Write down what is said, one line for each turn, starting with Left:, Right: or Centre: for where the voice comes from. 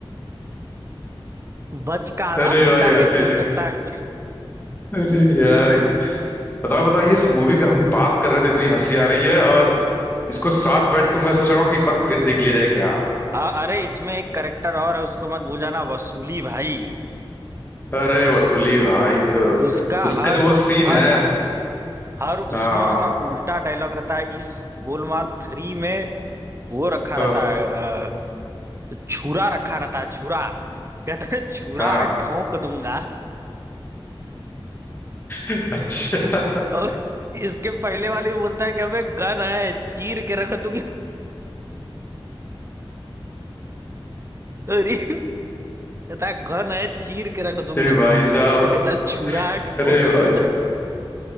Right: है?" बचकाना
Left: अरे
Right: बुढ़ा
Left: भाई हर्षित
Right: कैसे हो सकता है कोई
Left: अरे यार बताओ बताओ ये इस मूवी का हम बात कर रहे थे इतनी हंसी आ रही है और इसको साथ बैठ के मैं सोच रहा हूँ कि एक बार फिर देख लिया जाए क्या
Right: हाँ अरे इसमें एक करेक्टर और है उसको मत भूल जाना वसूली भाई
Left: अरे वसूली भाई तो
Right: उसका
Left: उसका
Right: हर
Left: जो वो सीन
Right: हर
Left: है
Right: हर उसमें
Left: हाँ
Right: उसका उल्टा डायलॉग रहता है इस गोलमाल थ्री में वो रखा
Left: हाँ
Right: रहता है अ, छुरा रखा रहता है छुरा कहता है छुरा
Left: हाँ
Right: है ठोक दूंगा
Left: अच्छा
Right: और इसके पहले वाले में बोलता है कि हमें गन है चीर के रख दूंगा और ये कहता है गन है चीर के रख
Left: <laughs>
Right: दूंगा
Left: अरे भाई साहब
Right: तो कहता है छुरा है ठोक
Left: अरे भाई
Right: दूंगा